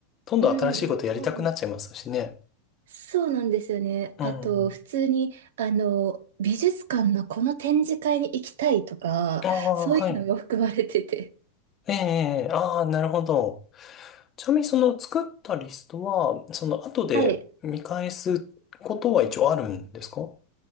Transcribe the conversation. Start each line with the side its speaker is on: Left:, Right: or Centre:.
Left: どんどん新しいことやりたくなっちゃいますしね。
Right: うんうん、そうなん、そうなんですよね。
Left: うん。
Right: あと、普通に、あの、美術館のこの展示会に行きたいとか、
Left: ああ、
Right: そういうのも含まれてて。
Left: はい。ええ、ああ、なるほど。ちなみにその作ったリストは、その後で見返すことは一応あるんですか
Right: はい。